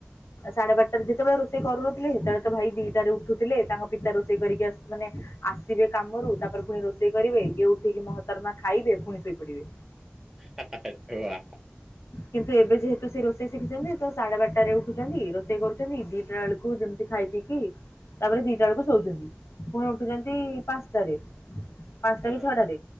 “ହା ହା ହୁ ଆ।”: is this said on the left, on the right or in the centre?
Centre